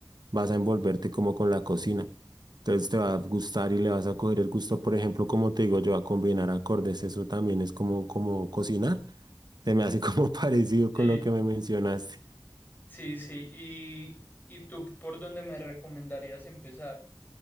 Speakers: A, on the right; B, on the left.
A: vas a envolverte como con la cocina. Entonces te va a gustar y le vas a coger el gusto, por ejemplo, como te digo yo, a combinar acordes, eso también es como, como cocinar. Se me hace como <laughs> parecido con
B: sí,
A: lo que me mencionaste.
B: sí, sí. ¿Y, y tú por dónde me recomendarías empezar?